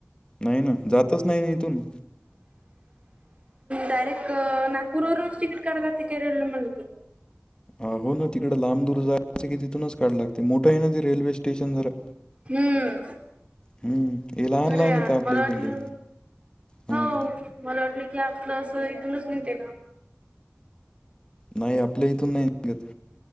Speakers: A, on the left (about 20°); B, on the right (about 30°).
A: नाही ना जातच नाही इथून
B: डायरेक्ट नागपूर वूनच तिकीट काढावी लागते का रेल्वे म
A: ह हो ना तिकडं लांब दूर जायचं की तिथूनच काढ लागते मोठं आहे ना ते रेल्वे स्टेशन जरा
B: हम्म
A: हम्म लहान
B: अरे
A: लहान येतं आपल्या
B: मला
A: इकडले
B: वाटलं
A: हां
B: हो मला वाटलं की आपलं अस इथूनच निते का
A: नाही आपल्या इथून नाही नि